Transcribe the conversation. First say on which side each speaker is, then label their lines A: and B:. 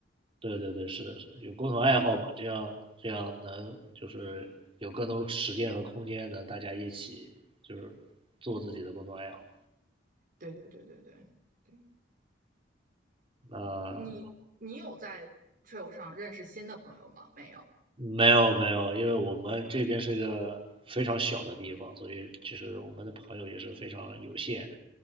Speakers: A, on the right (about 30°); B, on the right (about 50°).
A: 对对对，是的，是的，有共同爱好嘛，这样这样能就是有更多时间和空间，能大家一起就是做自己的共同爱好。
B: 对对对对对对，
A: 那
B: 你你有在 trail 上认识新的朋友吗？没有。
A: 没有没有，因为我们这边是个非常小的地方，所以其实我们的朋友也是非常有限。